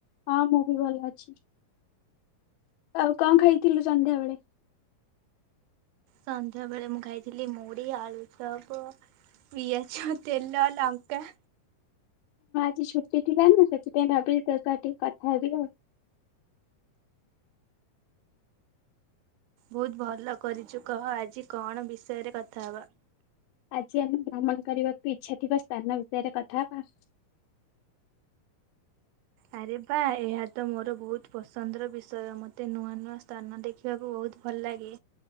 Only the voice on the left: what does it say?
ହଁ ମୁଁ ବି ଭଲ ଅଛି। ଆଉ କଣ ଖାଇଥିଲୁ ସନ୍ଧ୍ୟାବେେଳେ?
ଜି ଛୁଟି ଥିଲା ନା ସେଥିପାଇଁ ଭାବିଲି ତୋ ସହ ଟିକେ କଥା ହେବି ଆଉ।
ଆଜି ଆମେ ଭ୍ରମଣ କରିବାକୁ ଇଚ୍ଛା ଥିବା ସ୍ଥାନ ବିଷୟରେ କଥା ହବା।